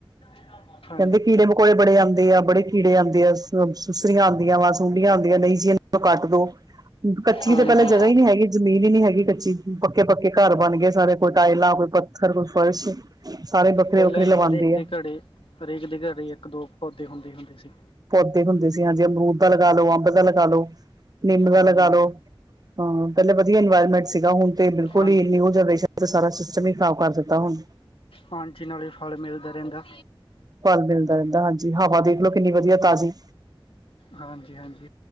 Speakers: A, on the left (about 80°); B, on the right (about 45°).
A: <inaudible>
B: ਕਹਿਦੇ ਕੀੜੇ ਮਕੌੇੜੇ ਆਉਂਦੇ ਆ ਬੜੇ ਕੀੜੇ ਆਉਂਦੇ ਆ ਸੁਸਰੀਆਂ ਆਉਂਦੀਆਂ ਸੁੰਡੀਆਂ ਆਉਂਦੀਆਂ ਨਹੀ ਜ ਕੱਟ ਦੋ- ਕੱਚੀ
A: ਹਾਂਜੀ
B: ਤੇ ਪਹਿਲੇ ਜਗ੍ਹਾ ਹੀ ਨੀ ਹੈਗੀ ਜ਼ਮੀਨ ਹੀ ਨੀ ਹੈਗੀ ਕੱਚੀ ਪੱਕੇ- ਪੱਕੇ ਘਰ ਬਣ ਗਏ ਸਾਰੇ ਕੋਈ ਟਾਇਲਾਂ ਕੋ ਪੱਥਰ ਕੋਈ ਫਰਸ਼ ਸਾਰੇ ਵੱਖਰੇ
A: ਪਹਿਲਾਂ
B: ਵੱਖਰੇ
A: ਜੀ
B: ਲਵਾਉਂਦੇ
A: ਹਰੇਕ
B: ਆ
A: ਦੇ ਘਰੇ ਹਰੇਕ ਦੇ ਘਰ ਇਕ ਦੋ ਪੈਏ ਹੁੰਦੇ- ਹੁੰਦੇ ਸੀ।
B: ਪੋਦੇ ਹੁੰਦੇ ਸੀ ਹਾਂ। ਜੇ ਅਮਰੂਦ ਦਾ ਲਗਾ ਲਓ, ਅੰਬ ਦਾ ਲਗਾ ਲੋ, ਨਿਮ ਦਾ
A: ਹਾਂਜੀ
B: ਲਗਾ ਲਓ ਹਾਂ। ਪਹਿਲੇ ਵਧੀਆ ਇਨਵਾਇਰਮੈਂਟ ਸੀਗਾ ਹੁਣ ਤੇ ਬਿਲਕੁਲ
A: ਹਾਂ
B: ਹੀ ਨਊ ਜਨਰੇਸਨ ਸਾਰਾ ਸਿਸਟਮ ਹੀ ਸਾਫਕਰ ਦਿੱਤਾ ਹੁਣ-
A: ਹਾਜੀ ਨਾਲ ਹੀ ਫਲ ਮਿਲਦਾ ਰਹਿਦਾ
B: ਫਲ ਮਿਲਦਾ ਰਹਿੰਦਾ ਹਾਂਜੀ। ਹਵਾ ਦੇਖ ਲੋ ਕਿਨੀ ਵਧੀਆ ਤਾਜ਼ੀ
A: ਹਾਂਜੀ ਹਾਂਜੀ।